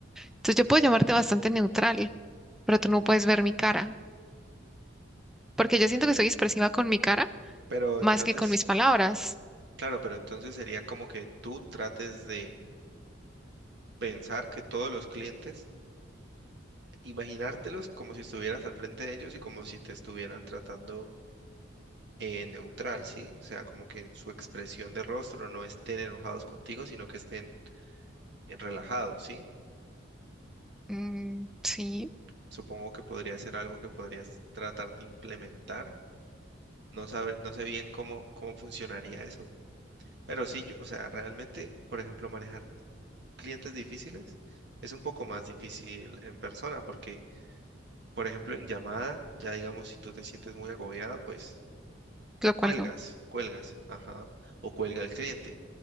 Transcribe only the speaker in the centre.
Entonces yo puedo llamarte bastante neutral pero tú no puedes ver mi cara, porque
yo siento que soy expresiva con mi cara
más
que con mis palabras.
Mm, sí,
lo cual
no.